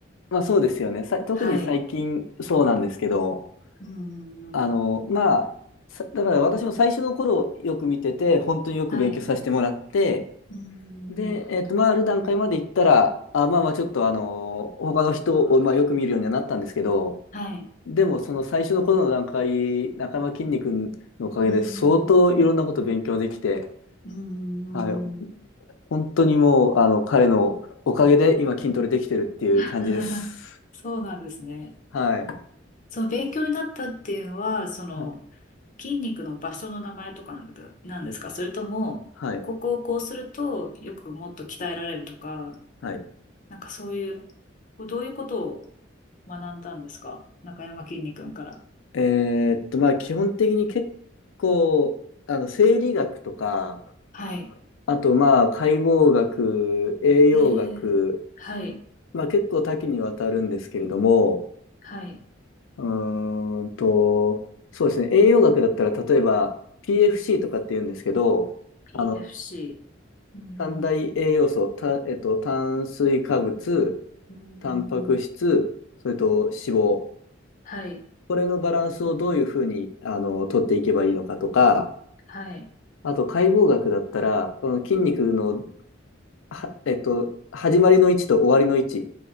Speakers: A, on the left (about 85°); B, on the left (about 40°).
A: まあそうですよね。さ、特に最近そうなんですけど、
B: はい。うんうんうん。
A: あの、まあ、さだから私も最初の頃よく見てて、本当によく勉強させてもらって、
B: はい。うんう
A: で、
B: んうん。
A: えっと、まあ、ある段階まで行ったら、あ、まあまあ、ちょっとあの、他の人を、まあ、よく見るようにはなったんですけど、
B: はい。
A: でも、その最初の頃の段階、中山きんに君のおかげで、
B: うんうん
A: 相当いろんなこと勉強できて、
B: うん。うんうんうんうんうんうん
A: はい、本当にもう、あの、彼のおかげで今筋トレできてるっていう感じです。
B: <laughs> そうなんですね。
A: はい。
B: その勉強になったっていうのは、その
A: はい。
B: 筋肉の場所の名前とかなんだかなんですかそれとも、
A: はい。
B: ここをこうするとよくもっと鍛えられるとか、
A: はい。
B: なんかそういう、こうどういうことを学んだんですか中山きんに君から。
A: えーっと、まあ、基本的に結構、あの、生理学とか、
B: はい。
A: あと、まあ、解剖学、栄養学、
B: ええ。はい。
A: まあ、結構多岐にわたるんですけれども、
B: はい。
A: うーんと、そうですね、栄養学だったら、例えば、PFC とかって言うんですけど、
B: PFC。
A: あの、
B: うん。
A: 三大栄養素、た、えっと、炭水化物、
B: うん。
A: タンパク質、それと脂肪。
B: はい。
A: これのバランスをどういうふうに、あの、取っていけばいいのかとか、
B: はい。
A: あと解剖学だったら、あの筋肉の、は、えっと、始まりの位置と終わりの位置